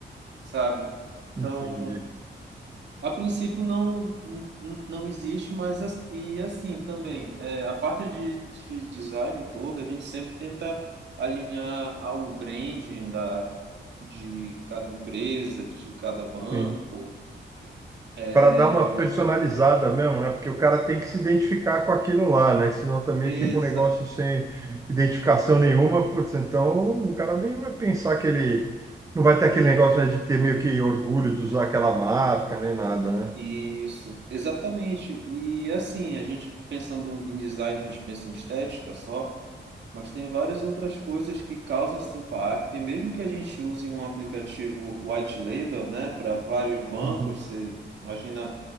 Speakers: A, on the right; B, on the right.
A: sabe?
B: entendi.
A: Então, a princípio não n- n- não existe, mas as- e assim também, é, a parte de, de design toda, a gente sempre tenta alinhar ao branding da de cada empresa, de cada banco,
B: Sim.
A: é,
B: Para dar uma personalizada
A: e-
B: mesmo, né? Porque o cara tem que se identificar com aquilo lá, né? Que senão também
A: exa-
B: fica um negócio sem identificação nenhuma. Putz, então o cara nem vai pensar que ele. Não vai ter aquele negócio, né, de ter meio que orgulho de usar aquela marca, nem nada, né?
A: Isso, exatamente. E assim, a gente pensando em design, a gente pensa em estética só, mas tem várias outras coisas que causam esse impacto. E mesmo que a gente use um aplicativo white label, né, para vários bancos,
B: Uhum.
A: você imagina